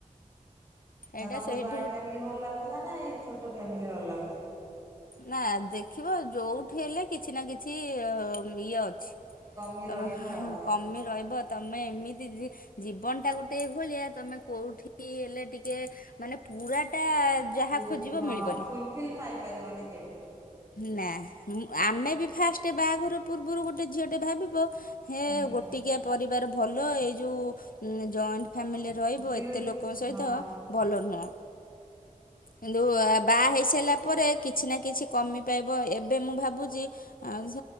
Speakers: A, on the left; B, on the right.
A: ଏଇଟା
B: ତମକୁ
A: ସେଇଠୁ
B: ଜଏଣ୍ଟ ଫ୍ୟାମିଲି ଭଲ ଲାଗୁ ଥିଲା ନା ଏଇ ଛୋଟ ଫ୍ୟାମିଲି ଭଲ ଲାଗୁଛି?
A: ନା ଦେଖିବ ଯୋଉଠି ହେଲେ କିଛି ନା କିଛି ଅ ଇଏ ଅଛି।
B: କମି
A: <unintelligible>
B: ରହିବ ଆଉ।
A: କମି ରହିବତ୍। ତମେ ଏମିତି ଜୀ-ଜୀବନ ଟା ଗୋଟେ ଏଇ ଭଳିଆ ତମେ କୋଉଠି ହେଲେ ଟି କେ ମାନେ ପୁରାଟା ଯାହା
B: ପୁପ୍
A: ଖୋଜିବ
B: ହଁ
A: ମିଳିବନି।
B: ଫୁଲଫିଲ୍ ପାଇପାରିବନି କେବେ।
A: ନା ମୁ ଆମେ ବି ଫାଷ୍ଟ ବାହାଘର ପୂର୍ବରୁ ଗୋଟେ ଝିଅ ଟେ ଭାବୁ ତୁଅ ହେ
B: ହୁଁ।
A: ଗୋଟିକିଆ ପରିବାର ଭଲ ଏଇ ଯୋଉ ଉଁ ଜଏଣ୍ଟ ଫାମିଲି ରହିବ
B: କିନ୍ତୁ
A: ଏତେ ଲୋକ ସହିତ
B: ହଁ
A: ଭଲ ନୁହଁ। କିନ୍ତୁ ବାହା ହେଇସାରିଲା ପରେ କିଛି ନା କିଛି କମି ପାଇବ ଏବେ ମୁଁ ଭାବୁଚି ଆଉସ